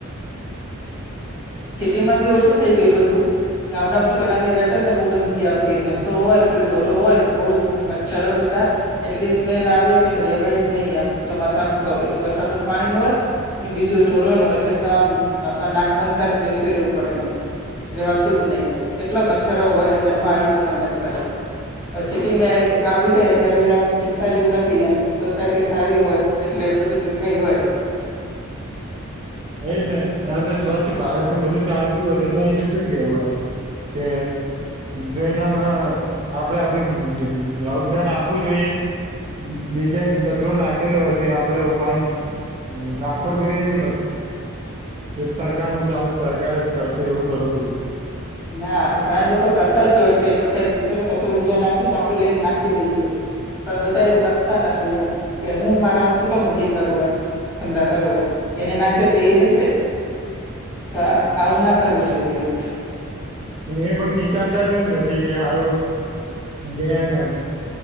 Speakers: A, on the right; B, on the left.
A: <inaudible>
B: સિટીમાં જે ઓછું થઈ ગયું બધું. ગામડામાં તો પેલા અમે રહેતા ને તો બહુ ગંદકી આવતી ભેંસો હોય પેલા ઢોરો હોય તો બહુ જ મચ્છર હોય બધા. એટલી સ્મેલ આવે કે એમ રેવાય જ નહી એમ ચોમાસામ તો એક તો વરસાદ ન પાણી હોય ને બીજું ઢોરોનું એટલે તો આમ બાપા નાક બંધ કરીને બેસીવી રહેેવું પડે એમ રેવાતું જ નહી કેટલા મચ્છરો હોયને ઘરમાં આવી જતા મચ્છર સિટીમાં આવી ગઈ એટલે હવે આમ ચિંતા જેવું નથી એમ સોસાયટી સારી હોય એટલે બધી ચોખાઈ હોય.
A: એજ ને સ્વચ્છ ભારત નું બધું ચાલતું હોય તો એના વિશે શું કેવું હે એમ તે જો એનામાં આપડે આપડ યોગદાન આપવું જોઈએ બીજાન કચરો નાખેલો હોય તો આપડે ઉપાડી નાખવો જોઈએ કે કે સરકાર નું કામે સરકાર જ કરશે એવું કરવું જોઈએ
B: ના ઘણા લોકો કરતા જ હોય છે ચોખાઈ ચલો કચરો બીજા નાખી તો આપડે લઈને નાખી દઈએ પણ બધા એવું કરતા નથી એમ કે હું મારા હાથ શું કામ કરું એમ ગંદા કરુ એમ એને નાખ્યો તો એ લેશે તો આવું ના કરવું જોઈએ એમ
A: અને એ પણ વિચારતા જ હોય ને પછી કે હારું કે હેને